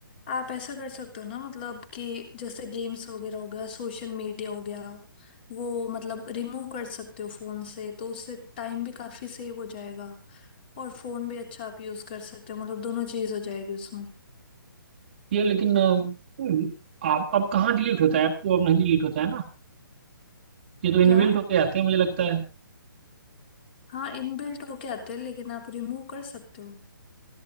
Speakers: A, on the left (about 30°); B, on the right (about 25°).
A: आप ऐसा कर सकते हो ना मतलब कि जैसे गेम्स वगैरह हो गया सोशल मीडिया हो गया वो मतलब रिमूव कर सकते हो फोन से तो उससे टाइम भी काफी सेव हो जाएगा और फोन भी अच्छा आप यूज कर सकते हो मतलब दोनों चीज हो जाएगी उसमें
B: ये लेकिन अ, आप अब कहाँ डिलीट होता है ऐप तो अब नहीं डिलीट होता है ना ये तो इनबिल्ट
A: क्या
B: होके आते हैं मुझे लगता है
A: हाँ इनबिल्ट होके आते हैं लेकिन आप रिमूव कर सकते हो